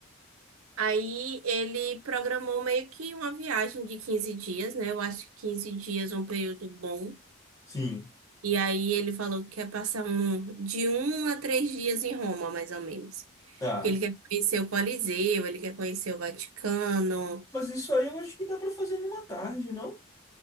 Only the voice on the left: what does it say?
Sim,
tá.
Mas isso aí eu acho que dá para fazer numa tarde, não?